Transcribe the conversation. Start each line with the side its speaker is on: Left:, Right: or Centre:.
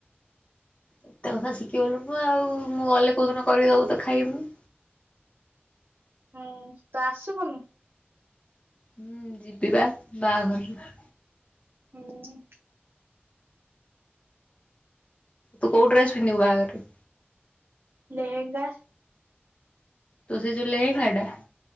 Left: ଏତେ କଥା ଶିଖିଗଲୁନୁ ଆଉ ମୁଁ ଗଲେ କୋଉ ଦିନ କରିକି ଦବୁ ତ ଖାଇବି ମୁଁ।
Right: ହୁଁ ତୁ ଆସିବୁନୁ।
Left: ହୁଁ ଯିବିବା ବାହାଘରରେ
Right: ହୁଁ।
Left: ତୁ କୋଉ ଡ୍ରେସ ପିନ୍ଧିବୁ ବାହାଘରରେ।
Right: ଲେହେଙ୍ଗା।
Left: ତୁ ସେଇ ଯୋଉ ଲେହେଙ୍ଗା ଟା।